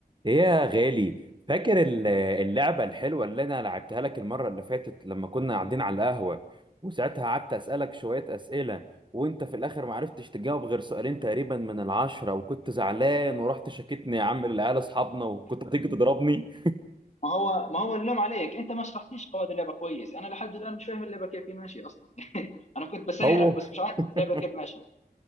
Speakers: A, on the right; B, on the left.
A: ايه يا غالي فاكر ال- اللعبة الحلوة اللي انا لعبتها لك المرة اللي فاتت لما كنا قاعدين على القهوة وساعتها قعدت اسألك شوية اسئلة وانت في الاخر ما عرفتش تجاوب غير سؤالين تقريبا من العشرة وكنت زعلان ورحت شاكتني يا عم للعيال اصحابنا وكنت هتيجي تضربني
B: ما هو ما هو اللوم عليك انت ما شرحتيش قواعد اللعبه كويس انا لحد الان مش فاهم اللعبه كيف هي ماشيه اصلا <laughs> انا كنت بسيرك
A: هو
B: بس مش عارف
A: <laughs>
B: اللعبه كيف ماشيه